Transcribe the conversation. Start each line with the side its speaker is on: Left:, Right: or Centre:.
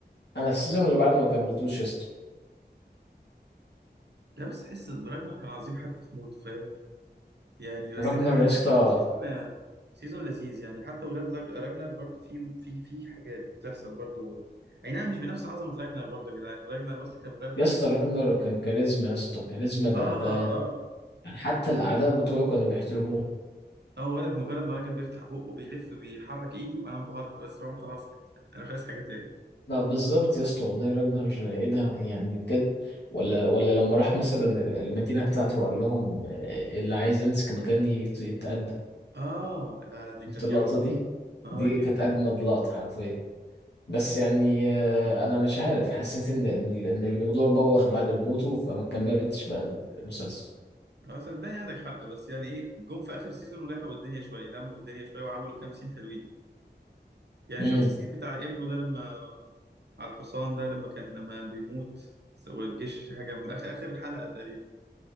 Left: أنا السيزون اللي بعده ما كملتوش يا اسطى
Right: لا بس تحس براجنر كان عظيم حتى في موته فاهم؟ يعني بس
Left: راجنر
Right: انت فاتك
Left: يا اسطى
Right: برضو سيزون سيزون لذيذ يعني حتى ولاد لاج- راجنر برضو في في في حاجات بتحصل برضو اي نعم مش بنفس عظمه راجنر برضو يا جدعان راجنر بس كان مجرد
Left: يا
Right: ما
Left: اسطى
Right: بيفتح
Left: راجنر
Right: بقه
Left: كان كاريزما يا اسطى كاريزما ده
Right: اه
Left: ده
Right: اه
Left: حتى الأعداء بتوعه كانوا بيحترموه
Right: اه ولد مجرد ما راجل بيفتح بقه بيلف بيحرك ايده انا انبهرت بس فاهم خلاص كده <laughs> انا مش عايز حاجه تاني
Left: لا بالظبط يا اسطى والله راجنر ايه ده يعني بجد ولا ولا لما راح مثلا ال- المدينة بتاعته وقال لهم آه، اللي عايز يمسك مكاني يت- يتقدم
Right: اه لا لا دي
Left: شفت
Right: كانت
Left: اللقطة
Right: جامده
Left: دي
Right: اه
Left: دي
Right: جدا
Left: كانت أجمد لقطة حرفيا بس يعني آه، أنا مش عارف حسيت إن إن ال- إن الموضوع بوخ بعد موته فما كملتش بقى المسلسل
Right: اه صدقني عندك حق بس يعني ايه جم في اخر سيزون ولحقوا الدنيا شويه لموا الدنيا شويه وعملوا كام سين حلوين يعني
Left: امم
Right: شفت السين بتاع ابنه ده لما على الحصان ده لما كان لما بيموت والجيش هجم اخر اخر الحلقه تقريبا